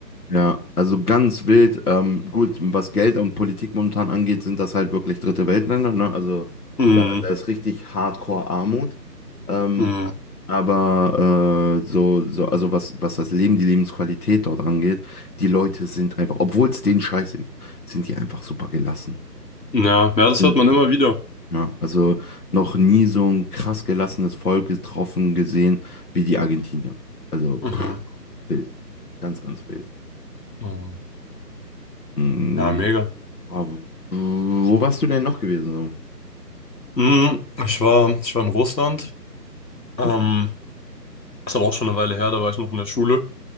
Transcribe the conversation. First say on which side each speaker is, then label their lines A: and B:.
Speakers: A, on the left; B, on the left.
A: Ja, also ganz wild. Ähm, gut, was Geld und Politik momentan angeht, sind das halt wirklich dritte Weltländer, ne? Also
B: Mhm.
A: da, da ist richtig Hardcore Armut. Ähm,
B: Mhm.
A: aber äh, so, so, also was, was das Leben, die Lebensqualität dort angeht, die Leute sind einfach, obwohl es denen scheiße geht, sind die einfach super gelassen.
B: Ja, ja, das
A: Unglaublich.
B: hört man immer wieder.
A: Ja, also noch nie so ein krass gelassenes Volk getroffen, gesehen wie die Argentinier. Also
B: Mhm.
A: pff, wild. Ganz, ganz wild.
B: Mhm.
A: Mm,
B: Ja, mega.
A: Ah, wo wo warst du denn noch gewesen?
B: Mhm. Ich war, ich war in Russland. Ähm,
A: So? Okay.
B: ist aber auch schon eine Weile her, da war ich noch in der Schule.